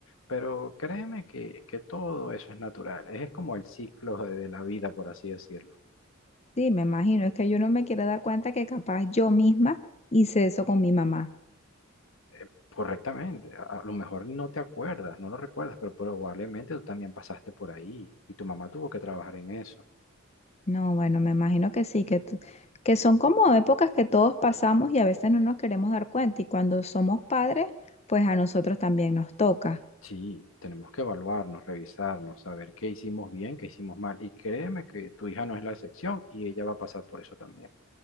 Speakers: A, on the left; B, on the left.
A: pero créeme que, que todo eso es natural, es como el ciclo de de la vida, por así decirlo.
B: Sí, me imagino, es que yo no me quiero dar cuenta que capaz yo misma hice eso con mi mamá.
A: Eh, correctamente, a, a lo mejor no te acuerdas, no lo recuerdas, pero probablemente tú también pasaste por ahí y tu mamá tuvo que trabajar en eso.
B: No, bueno, me imagino que sí, que, tú- que son como épocas que todos pasamos y a veces no nos queremos dar cuenta y cuando somos padres, pues a nosotros también nos toca.
A: Sí, tenemos que evaluarnos, revisarnos, saber qué hicimos bien, qué hicimos mal. Y créeme que tu hija no es la excepción y ella va a pasar por eso también.